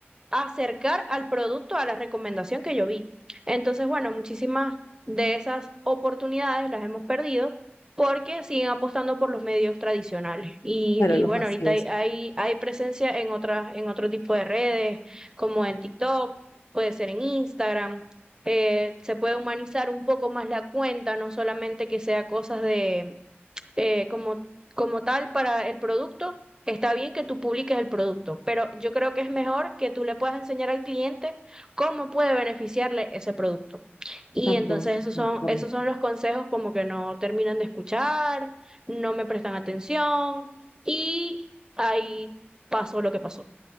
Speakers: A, on the right (about 15°); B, on the left (about 85°).
A: acercar al producto a la recomendación que yo vi. Entonces, bueno, muchísimas de esas oportunidades las hemos perdido porque siguen apostando por los medios tradicionales. Y,
B: Claro,
A: y
B: los
A: bueno,
B: masivos.
A: ahorita hay, hay, hay presencia en otras, en otro tipo de redes, como en TikTok, puede ser en Instagram. eh, se puede humanizar un poco más la cuenta, no solamente que sea cosas de eh, como, como tal para el producto, está bien que tú publiques el producto, pero yo creo que es mejor que tú le puedas enseñar al cliente cómo puede beneficiarle ese producto. Y
B: Exacto.
A: entonces esos
B: ¿no?
A: son, esos son los consejos como que no terminan de escuchar, no me prestan atención y ahí pasó lo que pasó.